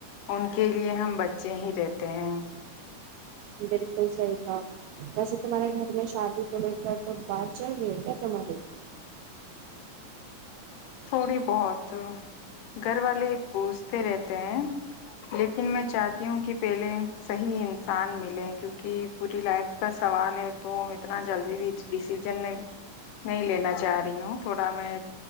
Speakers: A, on the left; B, on the right.
A: ان کے لیے ہم بچے ہی رہتے ہیں
B: بالکل صحیح تھا ویسے تمہارے گھر میں شادی کو لے کر تو بات چل رہی کیا تمہاراری
A: تھوڑی بہت گھر والے پوچجھتے رہتے ہیں لیکن میں چاہتی ہوں کہ پہلے صحیح انسان ملے کیونکہ پوری لائف کا سوال ہے تو اتنا جلدی بھی ڈسیزن نہیں لینا چاہ رہی ہوں تھوڑا میں